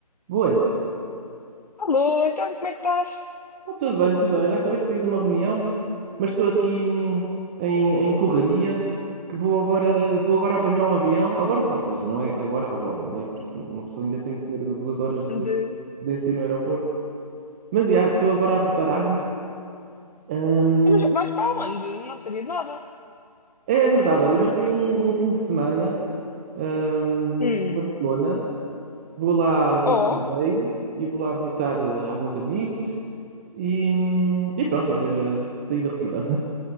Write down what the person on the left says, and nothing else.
Alô, então como é que estás?
Ande.
Ah, Mas vais para onde? Não sabia de nada.
Hum.
Oh,